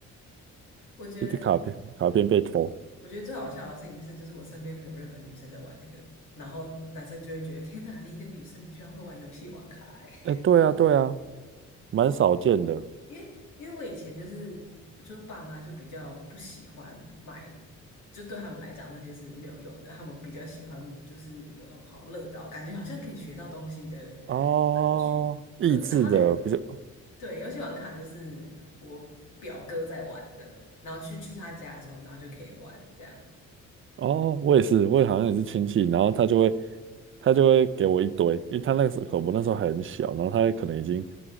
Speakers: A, on the left; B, on the right.
A: 我觉得。
B: 一堆卡片卡片被偷，
A: 我觉得最好笑的事情是，就是我身边没有任何女生在玩那个，然后男生就会觉得天哪，你一个女生你居然会玩游戏王卡欸、<laughs>
B: 哎，对啊对啊，蛮少见的
A: 因为因为我以前就是，我就爸妈就比较不喜欢买，就对他们来讲那些是没有用的，他们比较喜欢就是有那种好像乐高，感觉好像可以学到东西的
B: 哦，
A: 玩具。
B: 益智的比较
A: 对，然后呢，对，游戏王卡就是我表哥在玩的，然后去去他家的时候，然后就可以玩这样。
B: 哦，我也是，我也好像也是亲戚，然后他就会他就会给我一堆，因为他那个时候我那时候还很小，然后他可能已经